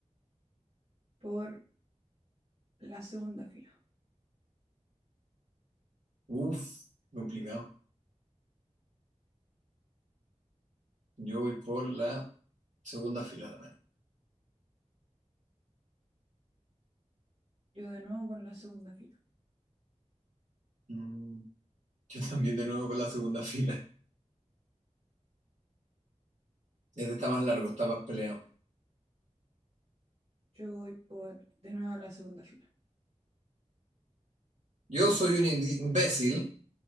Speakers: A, on the right; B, on the right.
A: por la segunda fila.
B: Uf, complicado. Yo voy por la segunda fila también.
A: Yo de nuevo por la segunda fila.
B: Mm, yo también de nuevo con la segunda <laughs> fila. Este está más largo, está más peleado.
A: Yo voy por de nuevo la segunda fila.
B: Yo soy un indi- imbécil.